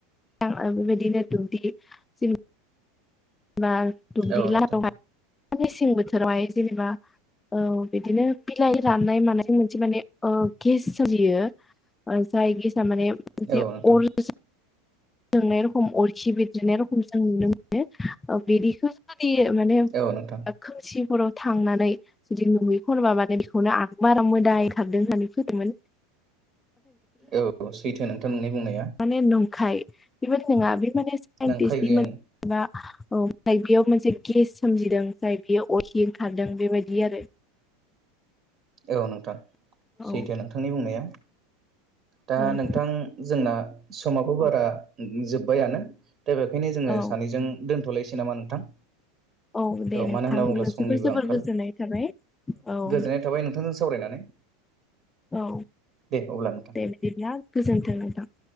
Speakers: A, on the left; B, on the right.
A: बेबायदिनो दुब्दि <unintelligible> बा दुमदिला
B: औ नोंथां
A: रहाय मेसें बोथोरावहाय जेनेबा ओ बिदिनो बिलाइ राननाय मानाय मोनसे माने ओ गेस सोलियो जाय गेस माने <unintelligible>
B: औ नोंथां
A: जोंनाय रखम अरखि बेरदेदनाय रखम जों नुनो मोनो ओ बिदिखो <unintelligible> माने
B: औ नोंथां
A: खोमसि हराव थांनानै जुदि नुहै खनबा मानो बेखौनो आंग्रोमोन्दा मोदाय खारदों होननानै फैदोंमोन
B: औ सैथो नोंथां नोंनि बुंनाय
A: माने नंखाय बेबायदि नङा बे माने साइन्टिस्टनि
B: नंखाय बेयो
A: मोन औ ओमफ्राय बेयाव मोनसे गेस सोमजिदों जाय बियो अरखि ओंखारदों बेबायदि बियो <unintelligible> आरो।
B: औ नोंथां
A: औ
B: सैथो नोंथांनि बुंनाया दा
A: औ
B: नोंथां जोंना समाबो
A: औ
B: बारा जोब्बायानो दा बेखायनो जोङो
A: औ
B: सानैजों दोनथ'लायसै नामा नोंथां
A: औ दे नोंथां
B: मानो होनना बुङोब्ला
A: जोबोर
B: समनिबो
A: जोबोर
B: आंखाल
A: गोजोननाय थाबाय औ
B: गोजोननाय
A: नोंथां
B: थाबाय नोंथांजों सावरायनानै
A: औ
B: दे अब्ला नोंथां
A: दे बिदिब्ला गोजोन्थों नोंथां